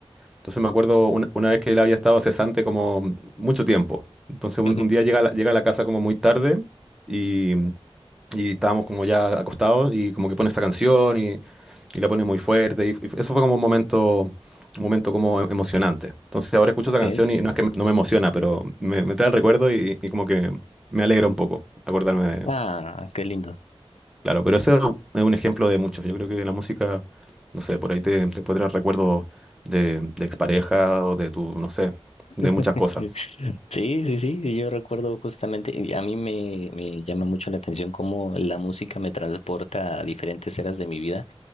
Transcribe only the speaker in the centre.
Entonces me acuerdo una, una vez que él había estado cesante como mucho tiempo. Entonces un,
un día llega a la- llega a la casa como muy tarde. Y mm, y estábamos como ya acostados y como que pone esa canción y, y la pone muy fuerte. Y, f- eso fue como un momento, un momento como em- emocionante. Entonces ahora escucho
esa canción y no es que me- no me emociona, pero me, me trae el recuerdo y, y como que me alegra un poco acordarme de-
Claro, pero ese es un ejemplo de muchos. Yo creo que la música, no sé, por ahí te, te puede traer recuerdos de, de expareja o de tu, no sé,
de muchas cosas.